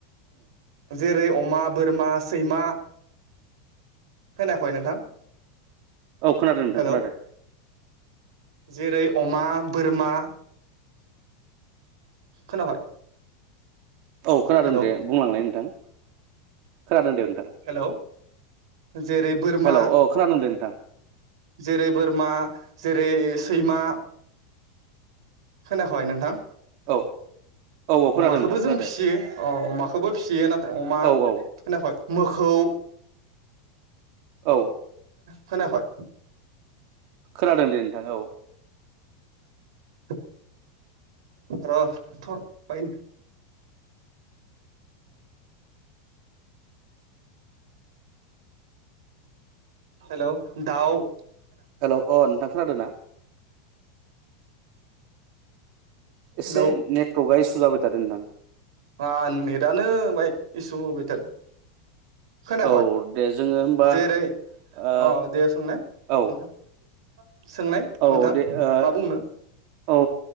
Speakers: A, on the right; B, on the right.
A: जेरै अमा बोरमा सैमा खोनायाखै नोंथां।
B: औ खोनादों नोंथां
A: हेलौ
B: खोनादों।
A: जेरै अमा बोरमा खोनाबाय?
B: औ खोनादों
A: हेलौ
B: दे बुंलांलाय नोंथां। खोनादों दे नोंथां।
A: हेलौ जेरै बोरमा
B: हेलौ औ खोनादों दे नोंथां
A: जेरै बोरमा जेरै सैमा खोनायाखै नोंथां?
B: औ औ खोनादों
A: अमाखौबो
B: नोंथां
A: जों
B: खोनादों
A: फिसियो औ अमाखौबो फियो नाथाय अमा,
B: औ औ
A: खोनायाखै? मोखौ
B: औ।
A: खोनायाखै?
B: खोनादों दे नोंथां औ
A: <inaudible> र थ बाय। हेल, दाव
B: हेलौ अ' नोंथां खोनादों ना?
A: हेलौ
B: एसे नेटवर्कआ इसु जाबाय थादों नोंथां।
A: आ नेटानो बाय इसु होबाय थादों। खोनायाखै?
B: औ दे जोङो होमबा
A: जेरै
B: ओ
A: औ, दे सोंनाय नोंथां?
B: औ
A: <unintelligible>
B: औ
A: नोंथां
B: दे ओ
A: मा बुंनो
B: औ